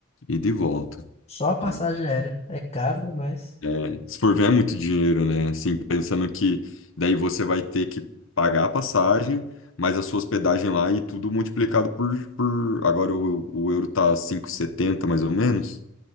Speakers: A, on the left; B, on the left.
A: Ida e volta.
B: Só a passagem
A: É.
B: aérea. É caro, mas.
A: É, se for ver, é muito dinheiro, né? Assim, pensando que daí você vai ter que pagar a passagem, mas a sua hospedagem lá e tudo multiplicado por, por... Agora o, o euro tá cinco e setenta mais ou menos.